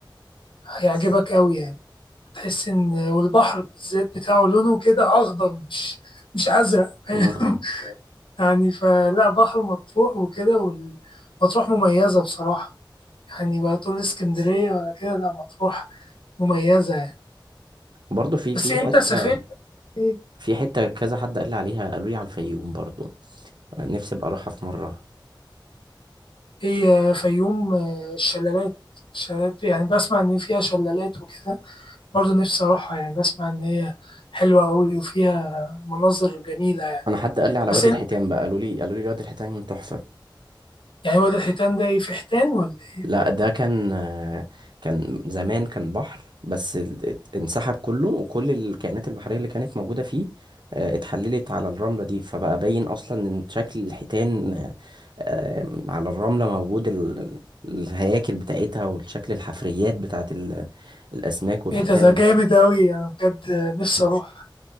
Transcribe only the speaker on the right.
امم
برضه في
في
حتة
في حتة كذا حد قال لي عليها قالوا لي على الفيوم برضه آه، نفسي أبقى أروحها في مرة
أنا حد قال لي على
وادي
الحيتان بقى قالوا لي قالوا لي وادي الحيتان تحفة
لا ده كان آه، كان زمان كان بحر بس ال- ات- انسحب كله وكل الكائنات البحرية اللي كانت موجودة فيه آه، اتحللت على الرملة دي فبقى باين أصلا إن شكل الحيتان آه، آه، على الرملة موجود ال- ال- الهياكل بتاعتها والشكل الحفريات بتاعت ال- الأسماك والحيتان